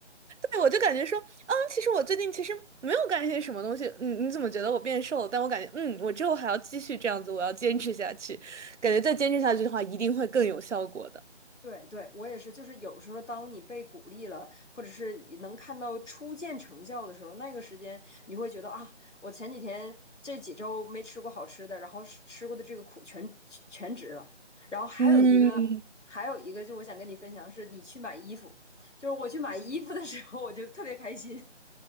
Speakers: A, on the right (about 80°); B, on the left (about 85°).
A: 对，我就感觉说，嗯，其实我最近其实没有干一些什么东西，嗯，你怎么觉得我变瘦了？但我感觉，嗯，我之后还要继续这样子，我要坚持下去，感觉再坚持下去的话，一定会更有效果的。
B: 对对，我也是，就是有时候当你被鼓励了，或者是能看到初见成效的时候，那个时间你会觉得啊，我前几天这几周没吃过好吃的，然后是吃过的这个苦全全值了。然后还有一嗯个，
A: 嗯，
B: 还有一个，就我想跟你分享是，你去买衣服，就是我去买衣服的时候，我就特别开心，